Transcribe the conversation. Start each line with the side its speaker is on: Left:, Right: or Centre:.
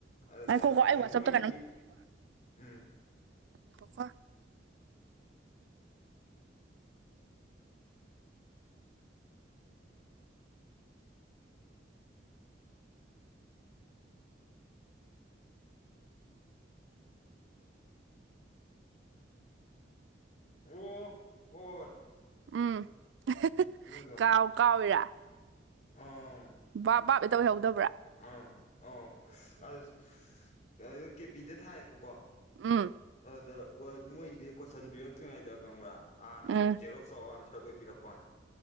Left: ꯑꯗꯨꯗꯥ
Right: ꯉꯥꯏꯈꯣꯀꯣ ꯑꯩ
Left: ꯀꯩ
Right: ꯋꯥꯆꯞꯇ
Left: ꯃꯣꯒꯤꯗꯤ ꯎꯝꯝ
Right: ꯉꯥꯏꯈꫭꯀꯣ
Left: ꯑꯣꯑꫭ ꯍꯣꯏꯏ
Right: ꯎꯝ ꯑꯍ° ꯑꯍ°
Left: ꯑꯗꯨꯗꯣ
Right: ꯀꯥꯎ ꯀꯥꯎꯏꯔꯥ
Left: ꯑꯥ
Right: ꯕꯥꯞ ꯕꯥꯞ ꯑꫭꯏꯍꯧꯗꯕ꯭ꯔꯥ
Left: ꯑꯥ ꯑꯧ ꯑꯗꯨ ꯑꯗꯨ ꯀꯦꯄꯤꯗ ꯊꯥꯏꯌꯦꯕꯀꯣ
Right: ꯎꯝ
Left: ꯑꯗꯨꯗꯥ ꯃꯣꯏꯗꯤ ꯀꯣꯏꯁꯟ ꯄꯤꯔꯛꯇ꯭ꯔꯤꯉꯩꯗ ꯈꯪꯕꯔꯥ ꯍꯥꯟꯅ
Right: ꯎꯝ
Left: ꯖꯔꫭꯛ ꯆꯥꯋꯟ ꯁꯠꯔꫭꯅꯥ ꯄꯤꯔꯛꯄ ꯋꯥꯅꯤ